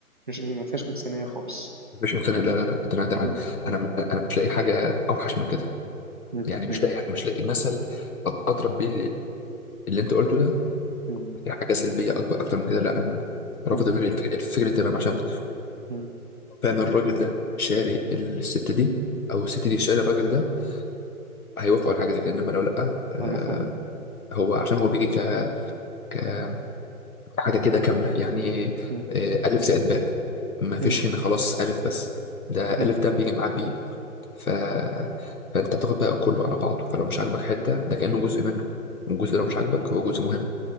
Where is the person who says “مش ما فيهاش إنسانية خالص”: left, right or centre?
Right